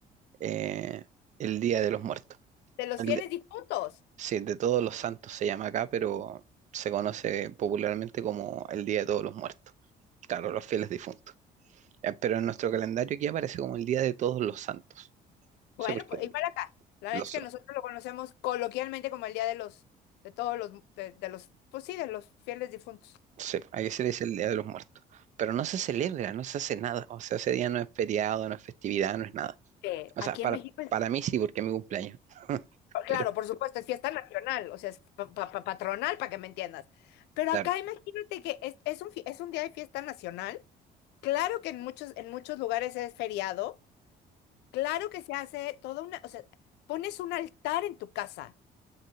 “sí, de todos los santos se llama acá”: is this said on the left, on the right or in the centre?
Right